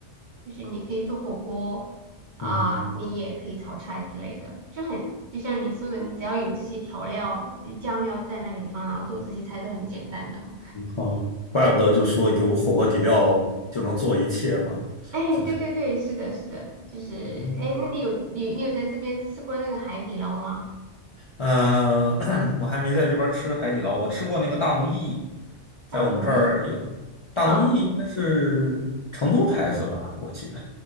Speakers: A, on the right; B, on the left.
A: 就是你可以做火锅啊、
B: 嗯哼，
A: 你也可以炒菜之类的，就很就像你说的，你只要有这些调料、酱料在那个地方，然后做这些菜都很简单的。
B: 啊，怪不得就说有火锅底料就能做一切嘛，
A: 哎，
B: 真是，
A: 对对对，是的，是的，就是哎，
B: 嗯，
A: 那你有你你有在这边吃过那个海底捞吗？
B: 呃，<coughs> <clears throat> 我还没在这边吃海底捞，我吃过那个大龙燚，在我们这儿有大龙燚，
A: 大龙燚啊。哦
B: 应该是成都牌子吧，我记得。